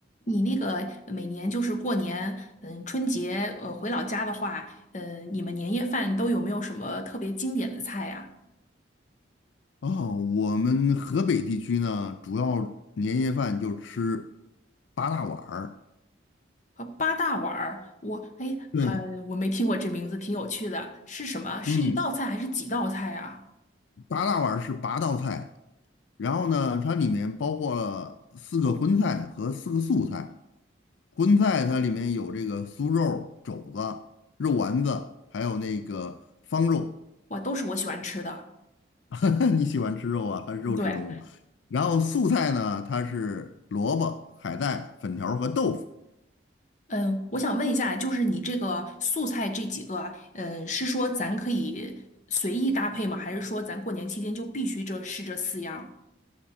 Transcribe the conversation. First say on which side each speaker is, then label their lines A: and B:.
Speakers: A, on the left; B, on the left.
A: 你那个每年就是过年，嗯，春节，呃，回老家的话，嗯，你们年夜饭都有没有什么特别经典的菜呀？
B: 哦，我们河北地区呢，主要年夜饭就吃八大碗儿。
A: 啊，八大碗儿，我哎，
B: 对，
A: 很，我没听过这名字，挺有趣的，是什么？是一道菜还是几道菜啊？
B: 嗯，八大碗儿是八道菜，然后呢，它里面包括了四个荤菜和四个素菜。荤菜它里面有这个酥肉、肘子、肉丸子，还有那个方肉。
A: 哇，都是我喜欢吃的。
B: <laughs> 你喜欢吃肉啊？<laughs> 还是肉食动物？
A: 对，
B: 然后素菜呢，它是萝卜、海带、粉条儿和豆腐。
A: 嗯，我想问一下，就是你这个素菜这几个，嗯，是说咱可以随意搭配吗？还是说咱过年期间就必须这是这四样儿